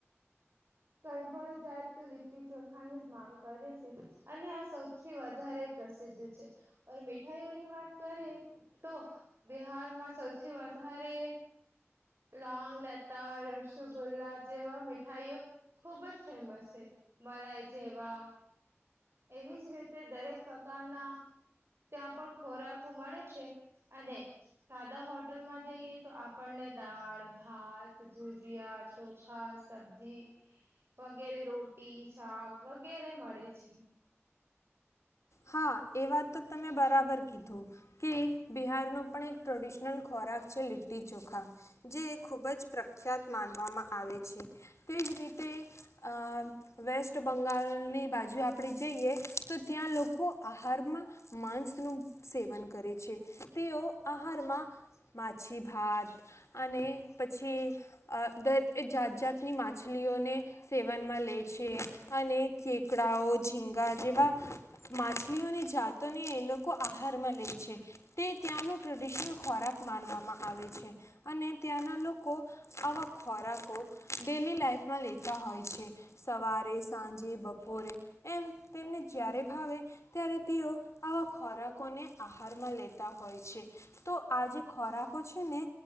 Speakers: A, on the right; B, on the left.
A: કઈ પણ જાય તો લીટી ચોખાની જ માંગ કરે છે અને આ સૌથી વધારે પ્રસિદ્ધ છે. અને મીઠાઈઓની વાત કરીએ તો બિહારમાં સૌથી વધારે લાંગ, લતા, રસગુલ્લા જેવા મીઠાઈઓ ખુબ જ ફેમસ છે મલાઈ જેવા. એવી જ રીતે દરેક પ્રકારના ત્યાં પણ ખોરાક મળે છે અને સાદા હોટલમાં જઈએ તો આપણને દાળ, ભાત, ભુજીયા, ચોખા, સબ્જી, વગેરે રોટી, શાક વગેરે મળે છે.
B: હા. એ વાત બરાબર કીધું. કે બિહારનો પણ એક ટ્રેડિશનલ ખોરાક છે, લીટ્ટી ચોખા જે ખૂબ જ પ્રખ્યાત માનવામાં આવે છે, તેજ રીતે અ વેસ્ટબંગાળની બાજુ આપણે જઈએ, તો ત્યાં લોકો આહારમાં માંસનું સેવન કરે છે. તેઓ આહારમાં માછીભાત અને પછી દર જાત જાતની માછલીઓને સેવનમાં લે છે અને કેકડાઓ, ઝીંગા જેવા માછલીઓની જાત ને એ લોકો આહારમાં લે છે, તે ત્યાંનું ટ્રેડિશનલ ખોરાક માનવામાં આવે છે અને ત્યાંના લોકો આવા ખોરાકો ડેલી લાઈફમાં લેતા હોય છે, સવારે સાંજે બપોરે એમ તેમને જ્યારે ભાવે ત્યારે તેઓ આવા ખોરાકોને આહારમાં લેતા હોય છે તો આ જે ખોરાકો છે ને